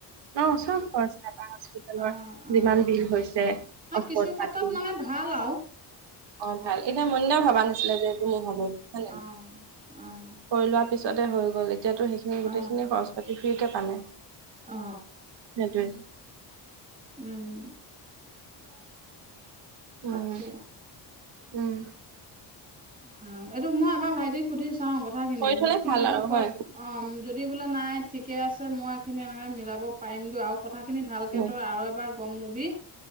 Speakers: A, on the right; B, on the right.
A: অ চব খৰচ নাই বা হস্পিতেলৰ
B: অ অ
A: যিমান বিল হৈছে
B: ন কিছু
A: ঔষধ
B: ক্ষেত্ৰত
A: পাতি
B: মানে ভাল আৰু
A: অ ভাল এতিয়া মনিদাও ভবা নাছিলে যে এইটো মোৰ হ'ব হয় ন
B: অ অ
A: কৰি লোৱা পিছতে হ'ল গ'ল এতিয়াত সেইসিনি
B: অ',
A: গোটেইখিনি খৰচ পাতি ফি্ৰীকে পালে
B: অ
A: সেইটোৱে
B: উম তাকে
A: উম, উম
B: অ এইটো মই এবাৰ ভাইটিক সুধি চাও কথাখিনি
A: কৰি থলে
B: সি
A: ভাল
B: যদি
A: আৰু
B: কয়
A: হয়
B: অ যদি বোলে নাই ঠিকে আছে মই এইখিনি এনেকে মিলাব পাৰিমগৈ আৰু কথাখিনি ভালকে
A: উম
B: তই আৰু এবাৰ গম লবি